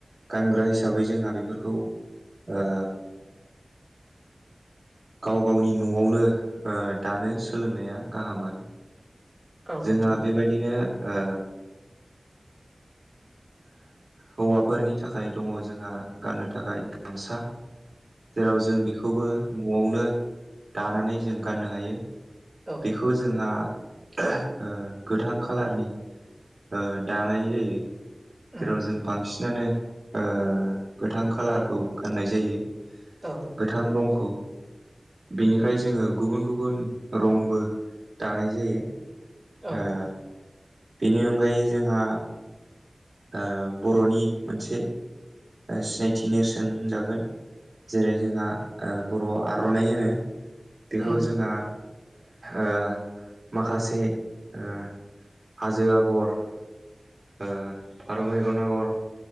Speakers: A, on the right; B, on the right.
A: गानग्रा हिसाबै जोंहा बेफोरखौ ओ गाव -गावनि न'आवनो ओ दानो सोलोंनाया गाहाम आरो।
B: औ
A: जोंहा
B: नोंथां
A: बेबायदिनो ओ हौवाफोरनि थाखाय दङ जोंहा गाननो थाखाय गामसा। जेराव जों बेखौबो न'आवनो दानानै जों गाननो हायो।
B: औ
A: बेखौ जोंहा ओ गोथां खालारनि ओ दानाय जायो।
B: उम
A: जेराव जों बांसिनानो ओ गोथां खाालारखौ गाननाय जायो।
B: औ
A: गोथां रंखौ बेनिफ्राय जोङो गुबुन- गुबुन रंबो दानाय जायो।
B: उम औ
A: ओ बेनि अनगायै जोंहा ओ बर'नि मोनसे सिनायथि नेरसोन होनजागोन। जेरै- जोंहा बर'आव आर'नाइ होनो बेखौ
B: उम
A: जोंहा ओ माखासे ओ हाजो आगर, ओ फारौ मेगन आगर